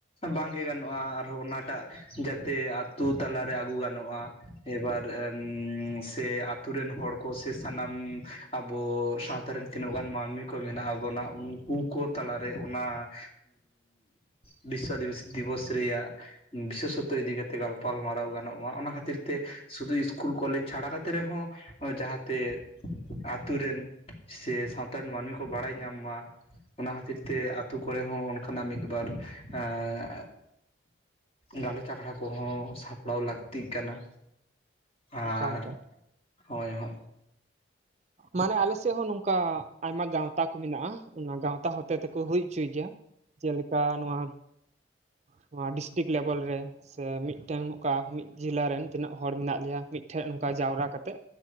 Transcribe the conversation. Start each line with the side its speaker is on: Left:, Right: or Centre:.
Left: ᱵᱟᱝᱜᱮ ᱜᱟᱱᱚᱜᱼᱟ ᱟᱨᱦᱚᱸ ᱚᱱᱟᱴᱟᱜ ᱡᱟᱛᱮ ᱟᱛᱳ ᱛᱟᱞᱟᱨᱮ ᱟᱹᱜᱩ ᱜᱟᱱᱚᱜᱼᱟ᱾ ᱮᱵᱟᱨ ᱮᱢ ᱥᱮ ᱟ ᱛᱩ ᱨᱮᱱ ᱦᱚᱲ ᱠᱚ ᱥᱮ ᱥᱟᱱᱟᱢ ᱟᱵᱚ ᱥᱟᱣᱛᱟ ᱨᱮᱱ ᱛᱤᱱᱟᱹᱜ ᱜᱟᱱ ᱢᱟᱹᱱᱢᱤ ᱠᱚ ᱢᱮᱱᱟᱜ ᱵᱚᱱᱟ ᱩᱱᱠᱩ ᱠᱚ ᱛᱟᱞᱟᱨᱮ ᱚᱱᱟ ᱵᱤᱥᱥᱚ ᱟᱹᱫᱤᱵᱟᱹᱥᱤ ᱫᱤᱵᱚᱥ ᱨᱮᱭᱟᱜ ᱵᱤᱥᱮᱥᱥᱚᱛᱚ ᱤᱫᱤ ᱠᱟᱛᱮ ᱜᱟᱞᱯᱟᱞᱢᱟᱨᱟᱣ ᱜᱟᱱᱚᱜ ᱢᱟ ᱚᱱᱟ ᱠᱷᱟᱹᱛᱤᱨ ᱛᱮ ᱥᱩᱫᱩ ᱤᱥᱠᱩᱞ ᱠᱚᱞᱮᱡᱽ ᱪᱷᱟᱲᱟ ᱠᱟᱛᱮ ᱨᱮᱦᱚᱸ ᱚ ᱡᱟᱦᱟᱸᱛᱮ ᱟᱛᱩ ᱨᱮᱱ ᱥᱮ ᱥᱟᱶᱛᱟ ᱨᱮᱱ ᱢᱟᱹᱱᱢᱤ ᱠᱚ ᱵᱟᱲᱟᱭ ᱧᱟᱢ ᱢᱟ᱾ ᱚᱱᱟ ᱠᱷᱟᱹᱛᱤᱨ ᱛᱮ ᱟᱛᱩ ᱠᱚᱨᱮ ᱦᱚᱸ ᱚᱱᱠᱟᱱᱟᱜ ᱢᱤᱫᱵᱟᱨ ᱮᱸ ᱜᱟᱞᱚᱪ ᱟᱠᱷᱟᱲᱟ ᱠᱚᱦᱚᱸ ᱥᱟᱯᱲᱟᱣ ᱞᱟᱹᱠᱛᱤᱜ ᱠᱟᱱᱟ᱾ ᱟᱨ
Right: ᱚᱠᱟ ᱞᱮᱠᱟ
Left: ᱦᱳᱭ ᱦᱳᱭ᱾
Right: ᱢᱟᱱᱮ ᱟᱞᱮ ᱥᱮᱫ ᱦᱚᱸ ᱱᱚᱝᱠᱟ ᱟᱭᱢᱟ ᱜᱟᱣᱛᱟ ᱠᱚ ᱢᱮᱱᱟᱜ-ᱟ᱾ ᱚᱱᱟ ᱜᱟᱣᱛᱟ ᱦᱚᱛᱮ ᱛᱮᱠᱚ ᱦᱩᱭ ᱩᱪᱩᱭ ᱜᱮᱭᱟ᱾ ᱡᱮᱞᱮᱠᱟ ᱱᱚᱣᱟ ᱱᱚᱣᱟ ᱰᱤᱥᱴᱤᱠ ᱞᱮᱵᱮᱞ ᱨᱮ ᱥᱮ ᱢᱤᱫᱴᱮᱱ ᱚᱠᱟ ᱢᱤᱫ ᱡᱮᱞᱟ ᱨᱮᱱ ᱛᱤᱱᱟᱹᱜ ᱦᱚᱲ ᱢᱮᱱᱟᱜ ᱞᱮᱭᱟ ᱢᱤᱫᱴᱷᱮᱱ ᱱᱚᱝᱠᱟ ᱡᱟᱣᱨᱟ ᱠᱟᱛᱮᱫ